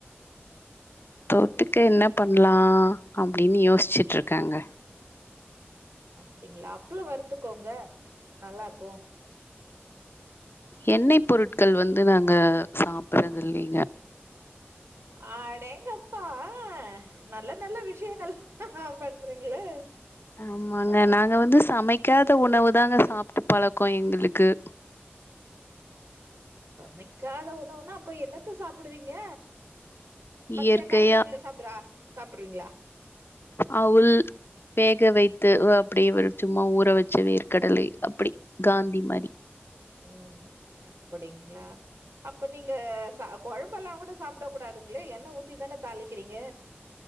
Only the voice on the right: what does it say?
அப்டிங்களா அப்பளோ வறுத்துக்கோங்க நல்லாருக்கும்
ஆடேங்கப்பா ஆ நல்ல நல்ல விஷயங்கள்லா பண்றீங்களே
ஆ
சமைக்காத உணவுனா அப்ப என்னத்த சாப்புடுவீங்க பச்சையா
காய்கறிகள சாப்புட்றா சாப்புடுவீங்களா
ம் அப்படிங்களா அப்ப நீங்க ச கொழம்பெல்லா கூட சாப்டக்கூடாதுங்களே என்ன ஊத்தி தானே தாளிக்கிறீங்க